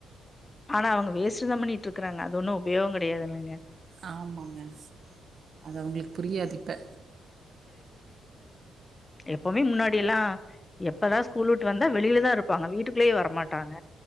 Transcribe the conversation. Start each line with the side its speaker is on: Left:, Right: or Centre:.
Left: ஆனா அவ்ங்க வேஸ்ட்டு தா பண்ணியிட்ருக்காங்க அது ஒன்னு உபயோகங் கடையாதுல்லங்க
Right: ஆமாங்க அது அவ்ங்களுக்கு புரியாது இப்ப
Left: எப்பவ்மே முன்னாடியெல்லா எப்பதா ஸ்கூல் உட்டு வந்தா வெளியிலதா இருப்பாங்க வீட்டுக்குள்ளயே வரமாட்டாங்க